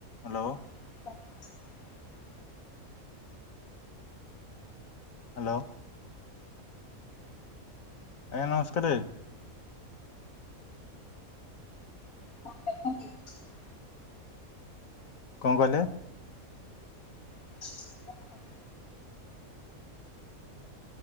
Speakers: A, on the left; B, on the left.
A: Hello.
B: <inaudible>
A: Hello. ଆଜ୍ଞା ନମସ୍କାର।
B: <unintelligible>
A: କଁ କଇଲେ?
B: <inaudible>